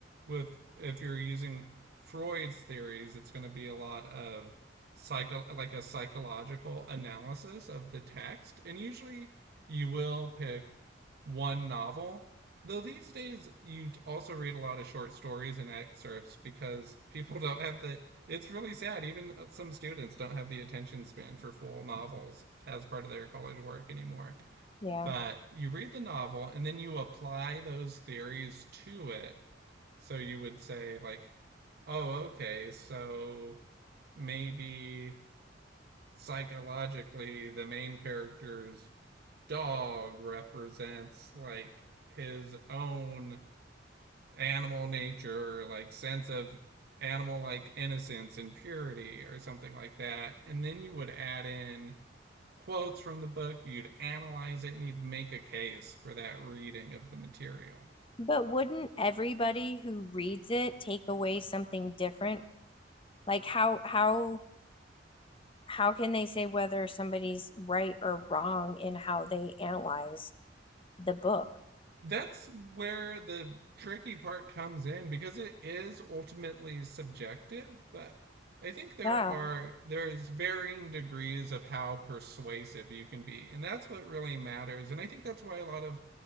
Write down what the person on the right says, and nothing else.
with if you're using Freud's theories, it's going to be a lot of psycho like a psychological analysis of the text. And usually you will pick one novel Though these days you also read a lot of short stories and excerpts because people <laughs> don't have the. It's really sad. Even uh, some students don't have the attention span for full novels as part of their college work anymore.
But you read the novel and then you apply those theories to it. So you would say, like, oh, okay, so maybe psychologically the main character's dog represents, like, his own animal nature or like sense of animal like innocence and purity or something like that. And then you would add in quotes from the book, you'd analyze it, and you'd make a case for that reading of the material.
That's where the tricky part comes in because it is ultimately subjective, but I think there
are there's varying degrees of how persuasive you can be. And that's what really matters. And I think that's why a lot of